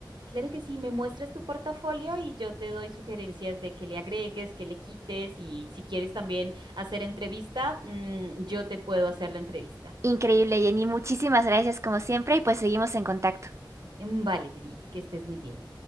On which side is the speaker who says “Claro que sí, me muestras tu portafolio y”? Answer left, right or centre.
Right